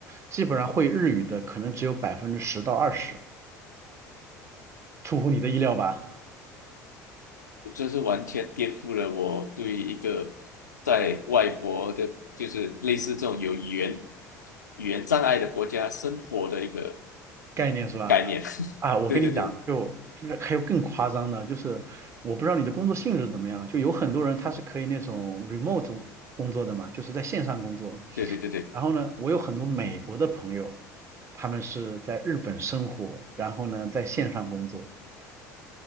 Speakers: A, on the right; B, on the left.
A: 基本上会日语的可能只有百分之十到二十，出乎你的意料吧？
B: 这是完全颠覆了我对一个在外国的，就是类似这种有语言语言障碍的国家生活的一个
A: 概念是吧？
B: 概念。<laughs>
A: 啊，我跟你讲，
B: 对对对
A: 就是还有更夸张的，就是我不知道你的工作性质怎么样，就有很多人他是可以那种 remote 工作的嘛，就是在线上工作。
B: 对对对对，
A: 然后呢，我有很多美国的朋友，他们是在日本生活，然后呢在线上工作。